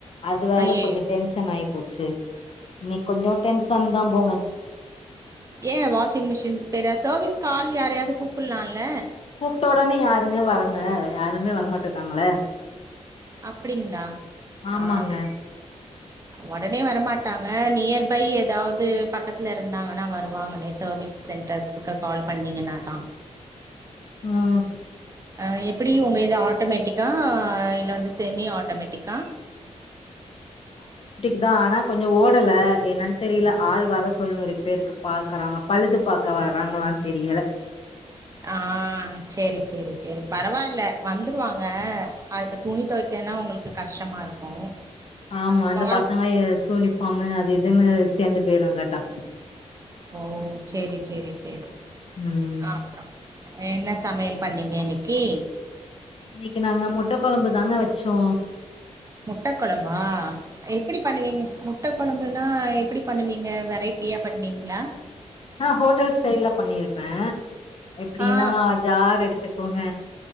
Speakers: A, on the left; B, on the right.
A: அது வேற
B: ஐயயோ
A: கொஞ்சம் டென்ஷன் ஆயி போச்சி இன்னைக் கொஞ்சம் டென்ஷன் தான் போங்க
B: ஏன் வாஷிங் மிஷின் வேர சர்வீஸ் ஆள் யாரையாவது கூப்பலா இல்ல
A: கூப்ட்ட ஒடனே யாருங்க வராங்க யாருமே வரமாட்டு இருக்காங்க இல்ல
B: அப்டிங்களா
A: ஆமாங்க
B: ஆ ஒடனே வரமாட்டாங்க நியர்பை எதாவது பக்கத்துல இருந்தாங்கனா னா வருவாங்கலே சர்வீஸ் சென்டர் ருக்கா கால் பண்ணீங்கனா தான்
A: ம்
B: ஆ எப்பிடி உங்க இது ஆட்டமேட்டிக்கா இல்ல வந்து செமி ஆட் டமேட்டிக்கா
A: அத ஆனா கொஞ்ச ஓடல என்னன்னு தெரியல ஆள் வர சொல்லணு ரிப்பேருக்கு பேருக்கு பாக்குறாங்க பழுது பாார்கக்க வர்றங்களான்னு தெரியல
B: ஆ சேரி சேரி சேரி பரவாயில்ல வந்துருவாங்க <unintelligible> அது துணி துவைக்கன்னா உங்களுக்கு கஷ்டமா இருக்கு
A: ஆமா
B: அ
A: இந்த
B: கால்
A: பசங்க சூனிபார்ம் அது இதுன்னு சேர்ந்து பேரும்லட்டா
B: ஓ சேரி சேரி சேரி
A: ம்
B: அப்றோ என்ன சமையல் பண்ணீங்க இன்னைக்கு
A: இன்னைக்கு நாங்க முட்ட கொழம்பு தாங்க வச்சோ
B: முட்ட குழம்பா எப்படி பண்ணுவீங்க முட்ட குழம்புன்னா எப்படி பண்ணுவீங்க வெரைட்டியா பண்ணுவீங்களா
A: நா ஹோட்டல் ஸ்டைல்ல பண்ணிருப்பே எப்படின்னா
B: ஆ
A: ஜார் எடுத்து க்கோங்க